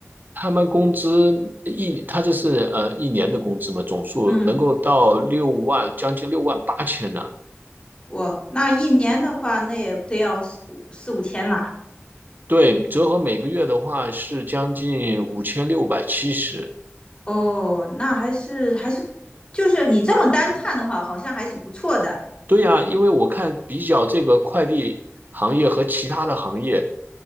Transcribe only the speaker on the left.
嗯，
我那一年的话，那也得要四五四五千啦。
哦，那还是还是，就是你这么单看的话，好像还是不错的。